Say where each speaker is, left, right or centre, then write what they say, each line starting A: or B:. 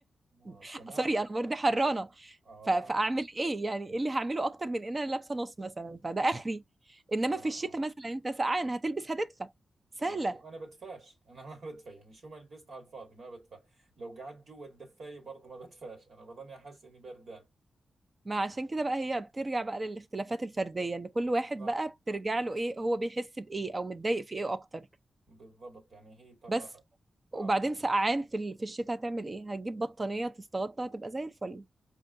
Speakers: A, on the right; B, on the right.
A: آه.
B: <laughs>
A: كمان
B: سوري انا برضو حرانه
A: اه
B: ف- فاعمل ايه يعني ايه اللي هعمله اكتر من ان انا لابسه نص مثلا فده اخري انما
A: اه آه
B: في الشتاء مثلا انت سقعان هتلبس هتدفى سهله
A: ما هو انا بدفاش انا ما <laughs> بدفى يعني شو ما لبست على الفاضي ما بدفى لو قعدت جوا الدفاية برضه ما بدفاش انا بظني احس اني بردان
B: ما عشان كده بقى هي بترجع بقى للاختلافات الفردية ان كل واحد
A: صح
B: بقى بترجع له ايه هو بيحس بايه او متضايق في ايه اكتر
A: بالضبط يعني هي ترى
B: بس وبعدين
A: اه
B: سقعان في ال- في الشتاء هتعمل ايه هتجيب بطانية تستغطى هتبقى زي الفل